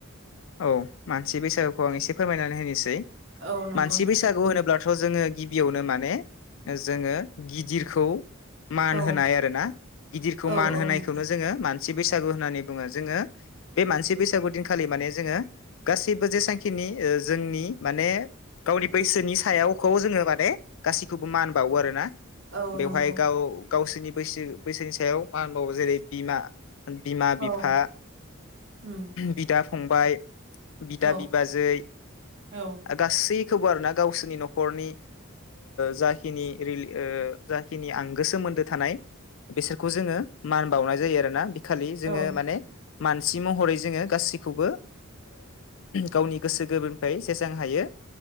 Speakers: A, on the left; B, on the right.
A: औ मानसि बैसागुखौ आं एसे फोरमायनानै होनोसै।
B: औ नंगौ
A: मानसि
B: नोंथां
A: बैसागु होनोब्लाथ' जोङो गिबियावनो माने जोङो गिदिरखौ मान
B: औ
A: होनाय आरोना गिदिरखौ
B: औ
A: मान
B: औ
A: होनायखौनो
B: नंगौ
A: जोङो मान मानसि बैसागु होननानै बुङो जोङो बे मानसि बैसागु दिनखालि माने। जोङो गासैबो जेसांखिनि जोंनि माने गावनि बैसोनि सायावखौ जोङो माने गासैखौबो मान बावो आरो ना
B: औ
A: बेवहाय
B: नंगौ
A: गाव। गावसोरनि बैसो बैसोनि सायाव मा होनबावो जेरै बिमा बिमा-बिफा,
B: औ उम
A: बिदा फंबाय बिदा
B: औ
A: बिबाजै
B: औ
A: गासै खौबो आरो ना गावसोरनि न'खरनि जाखिनि लि जाखिनि आंगो सोमोन्दो थानाय। बेसोरखौ जोङो मान बावनाय जायो आरोना खालि जोङो
B: औ
A: माने मानसि महरै जोङो गासिबो खौबो गावनि गोसो गोरबोनिफ्राय जेसां हायो